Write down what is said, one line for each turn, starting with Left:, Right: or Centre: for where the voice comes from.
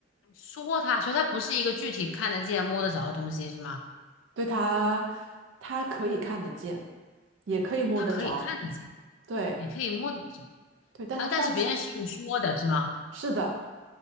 Left: 说它，所以它不是一个具体看得见、摸得着的东西，是吗？
Right: 对它，它可以看得见，也可以摸得着。
Left: 它可以看得见，
Right: 对。
Left: 也可以摸得着
Right: 对，但他但是
Left: 啊，但是别人是用说的，是吗？
Right: 是的，